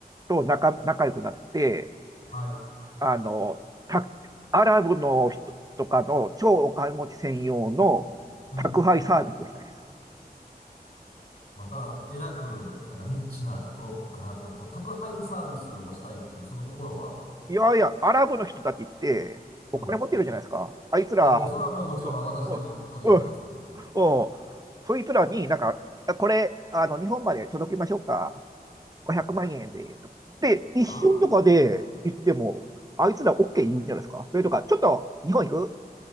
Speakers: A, on the right; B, on the left.
A: と仲、仲良くなって、
B: はい、
A: あの、た、アラブの人とかの超お金持ち専用の宅配サービスをしたいです。
B: うん。また、えらく、なんかニッチなところかなと思いますが、その宅配サービスをしたいっていう、その心は、
A: いやいや、アラブの人たちって、
B: うん。
A: お金持ってるじゃないですか。あいつら、
B: いや、もうそれはもうもちろん私でも存じ上げてます。
A: うんうんうんうんそいつらになんか、あこれ、あの、日本まで届けましょうか。500万円で。
B: あ
A: で、一瞬とかで言っても、
B: あ
A: あいつら OK 言うんじゃないですか。それとか、ちょっと日本行く